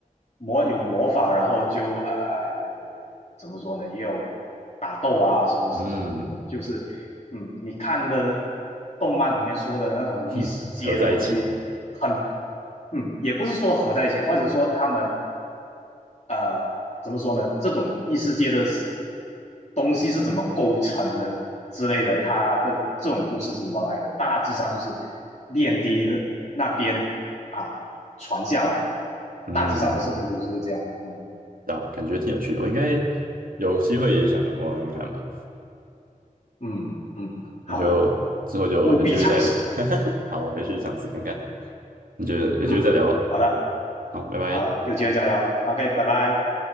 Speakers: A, on the left; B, on the right.
A: 魔有魔法，然后就呃有怎么说呢，也有打斗啊，什么什么什么什么就是嗯，
B: 嗯，
A: 你看的动漫里面说的那种异世界的东西很，
B: 哼，合在一起，
A: 嗯，也不是说合在一起，或者说他们呃，怎么说呢？这种异世界的东西是怎么构成的之类的，它的这种故事是怎么来的？大致上就是炼帝那边啊传下来的，
B: 嗯，
A: 大致上的设定都是这样。嗯
B: 啊，感觉挺有趣的。我应该有机会也想玩玩看吧。
A: 嗯嗯，好的，
B: 你就之后就有机会再，
A: 务必尝试。
B: <laughs> 好，我回去尝试看看。你就有机会再聊咯。
A: 嗯，好的，
B: 好，拜拜。
A: 好，有机会再聊。OK，拜拜。